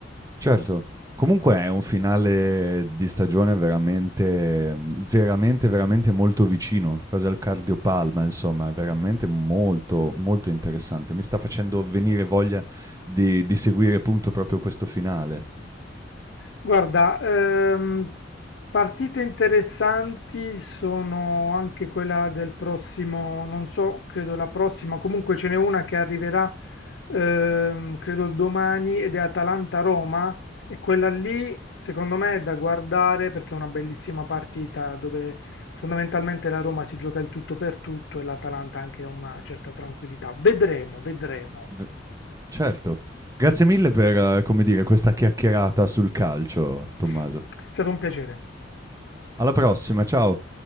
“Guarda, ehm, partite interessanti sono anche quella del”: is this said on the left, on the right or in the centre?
Left